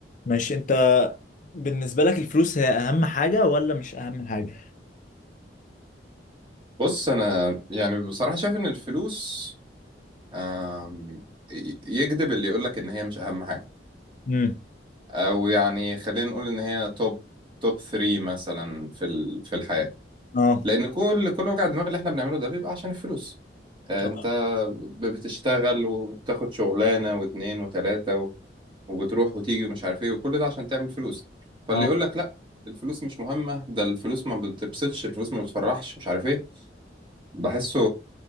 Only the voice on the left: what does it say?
ماشي انت بالنسبة لك الفلوس هي اهم حاجة ولا مش اهم حاجة
امم
اه
صح
اه